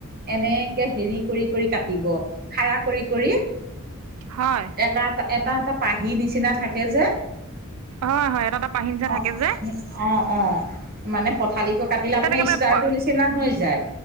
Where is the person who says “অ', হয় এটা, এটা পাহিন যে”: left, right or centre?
Right